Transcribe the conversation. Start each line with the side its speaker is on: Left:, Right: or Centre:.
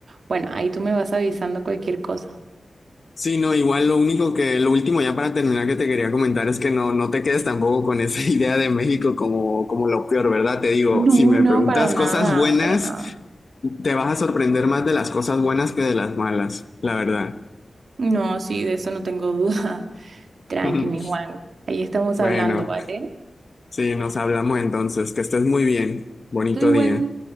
Right: bueno, ahí tú me vas avisando cualquier cosa.
Left: Sí, no, igual lo único que, lo último ya para terminar que te quería comentar es que no, no te quedes tampoco con esa <laughs> idea de México como, como lo peor, ¿verdad? Te digo,
Right: No,
Left: si me
Right: no,
Left: preguntas
Right: para nada,
Left: cosas buenas,
Right: para nada.
Left: te vas a sorprender más de las cosas buenas que de las malas, la verdad.
Right: No, sí, de eso no tengo duda. <laughs> Tranqui,
Left: <laughs>
Right: mi Juan. Ahí estamos
Left: Bueno,
Right: hablando, ¿vale?
Left: sí, nos hablamos entonces, que estés muy bien, bonito
Right: Tú igual.
Left: día.